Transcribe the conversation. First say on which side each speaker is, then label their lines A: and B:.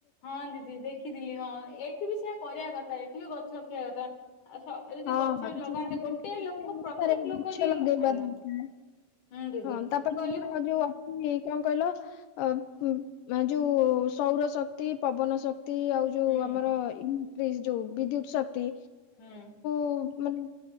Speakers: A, on the left; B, on the left.
A: ହଁ ଦିଦି ଦେଖିଥିଲି ହଁ ଏଠି ବି ସେୟା କରିବା କଥା ଏଠି ବି ଗଛ ରଖିବା କଥା। ଆଉ ସ ଏ ଯୋଉ
B: ହଁ
A: ଗଛ
B: ଏଠି
A: ଲଗାନ୍ତେ
B: ବି
A: ଗୋଟେ
B: ଗଛ
A: ଲୋକ ପ୍ରତ୍ୟେକ ଲୋକ ଯଦି
B: ଲଗାଇବା
A: ଆଜ୍ଞା
B: ଦରକାର।
A: ହୁଁ ଦିଦି
B: ହଁ ତାପରେ
A: ମୁଁ କହିଲି
B: ଆମର ଯୋଉ ଅଛି କଣ କହିଲ ଅ ଯୋଉ ସୌର ଶକ୍ତି ପବନ ଶକ୍ତି କ୍ତି ଆଉ ଯୋଉ
A: ହୁଁ
B: ଆମର ଇି ଯୋଉ ବିଦ୍ୟୁତ ଶକ୍ତି
A: ହୁଁ
B: ହଉ ମାନେ